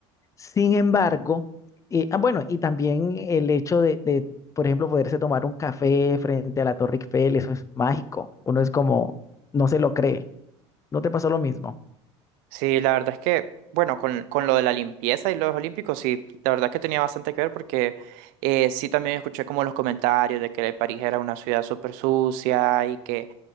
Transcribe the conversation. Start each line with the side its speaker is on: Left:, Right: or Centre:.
Left: Sin embargo, eh, ah, bueno, y también el hecho de, de, por ejemplo, poderse tomar un café frente a la Torre Eiffel, eso es mágico. Uno es como, no se lo cree. ¿No te pasó lo mismo?
Right: Sí, la verdad es que, bueno, con, con lo de la limpieza y los olímpicos, sí, la verdad es que tenía bastante que ver porque eh, sí también escuché como los comentarios de que París era una ciudad súper sucia y que